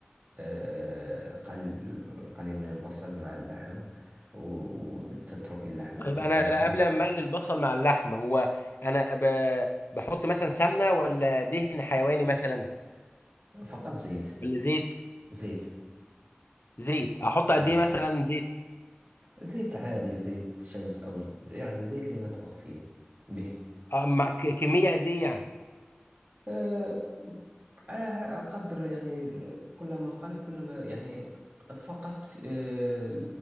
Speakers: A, on the right; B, on the left.
A: آه، قل- القليل من البصل مع اللحم وتترك اللحم
B: طيب
A: يعني
B: انا
A: يطبخ
B: انا قبل ما اقلي البصل مع اللحم هو انا ب... بحط مثلا سمنه ولا دهن حيواني مثلا
A: فقط زيت
B: ولا زيت
A: زيت
B: زيت احط قد
A: نعم
B: ايه مثلا زيت
A: زيت عادي زيت شمس أو ج- يعني زيت اللي نطبخ فيه به
B: آه مع ك- كميه قد ايه يعني
A: آه، أنا أقدر يعني كلما قل كلما يعني فقط آه،